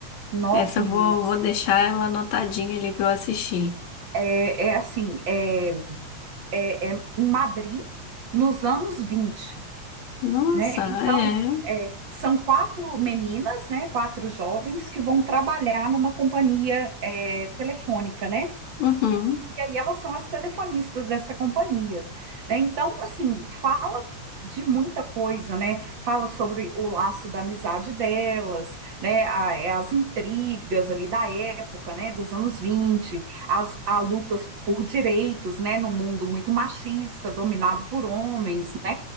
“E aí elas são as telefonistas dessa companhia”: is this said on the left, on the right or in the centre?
Right